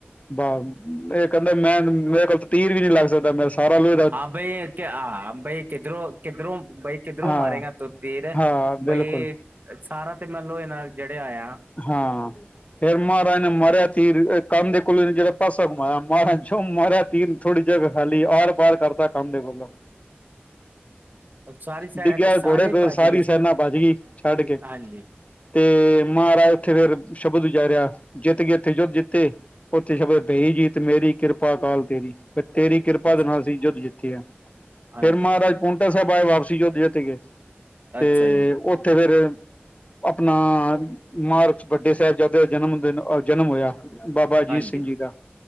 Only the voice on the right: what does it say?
ਹਾਂ ਬਈ ਕਯਾ ਬਈ ਕਿੱਧਰੋਂ-ਕਿੱਧਰੋਂ ਬਈ ਕਿੱਧਰੋਂ
ਮਾਰੇਗਾ ਤੂੰ ਤੀਰ
ਬਈ
ਸਾਰਾ ਤੇ ਮੈ ਲੋਏ ਨਾਲ। ਜੜੇਯਾ ਹੋਯਾ।
ਸਾਰੀ ਸੈਰ
ਸਾਨੇ
ਭੱਜ
ਗਏ ਸੀ
ਹਾਂਜੀ
ਬਸ,
ਹਾਂਜੀ
ਅੱਛਾ ਜੀ
ਹਾਂਜੀ